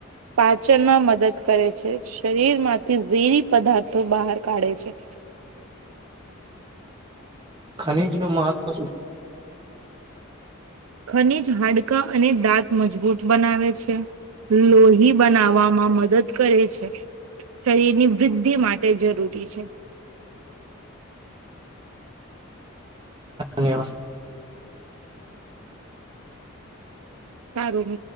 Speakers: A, on the right; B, on the right.
A: પાચનમાં મદદ કરે છે શરીરમાંથી ઝેરી પદાર્થો બહાર કાઢે છે.
B: ખનીજ નું મહત્વ શું?
A: ખનીજ હાડકા અને દાંત મજબૂત બનાવે છે. લોહી બનાવવામાં મદદ કરે છે. શરીરની વૃદ્ધિ માટે જરૂરી છે.
B: ધન્યવાદ.
A: સારું